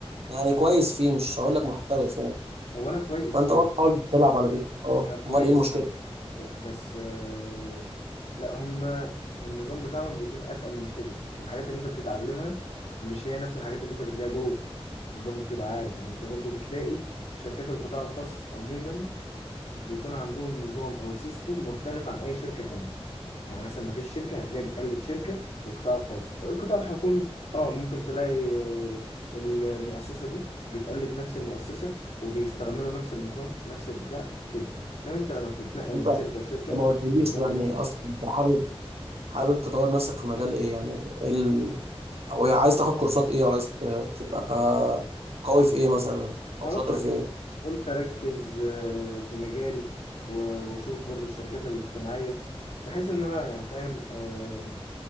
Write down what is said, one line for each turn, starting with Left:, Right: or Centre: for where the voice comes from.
Right: يعني كويس فيه مش هقول لك محترف يعني
Left: هو انا كويس
Right: فانت
Left: فيه
Right: برضه حاول تلعب على دي اه
Left: انا كويس
Right: امال ايه المشكله
Left: فيه آه، بس آه، لا هما النظام بتاعهم بيكون اتقل من كده والحاجات اللي انت بتتعلمها مش هي نفس الحاجات اللي انت بتلاقيها جوه برضه تبقى عارف يعني انت برضه بتلاقي شركات القطاع الخاص عموما بيكون عندهم نظام او سيستم مختلف عن اي شركة تانية يعني مثلا ما فيش شركه هتلاقي بتقلد شركه من القطاع الخاص القطاع الحكومي اه ممكن تلاقي آه، المؤسسه دي بتقلد نفس المؤسسه وبيستعملوا نفس النظام نفس البتاع كده انما انت لما بتتنقل
Right: انت
Left: من شركه لشركه
Right: ما قلتليش
Left: النظام
Right: يعني
Left: بيختلف
Right: اصلا انت حابب حابب تطور نفسك في مجال ايه يعني إيه ال... او إيه عايز تاخد كورسات ايه او عايز ت- تبقى قوي في ايه مثلا او
Left: انا
Right: شاطر
Left: قلت
Right: في ايه
Left: قلت اركز آه، في مجالي و- واشوف برضو الشركات الاجتماعيه بحيث ان انا يعني فاهم آه،